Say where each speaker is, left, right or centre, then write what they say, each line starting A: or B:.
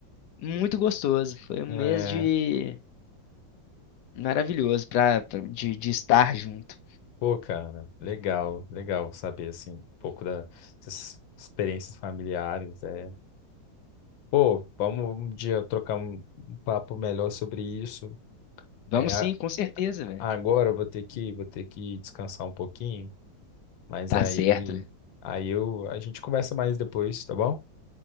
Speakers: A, on the left; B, on the left.
A: muito gostoso. Foi um
B: é,
A: mês de maravilhoso pra, pra- de, de estar junto.
B: pô, cara, legal, legal saber, assim, um pouco da- dessas experiências familiares. É. Pô, vamos um dia trocar um, um papo melhor sobre isso.
A: Vamos
B: É,
A: sim,
B: a-
A: com certeza, velho.
B: agora eu vou ter que, vou ter que descansar um pouquinho. Mas
A: Tá
B: aí,
A: certo.
B: aí eu, a gente conversa mais depois, tá bom?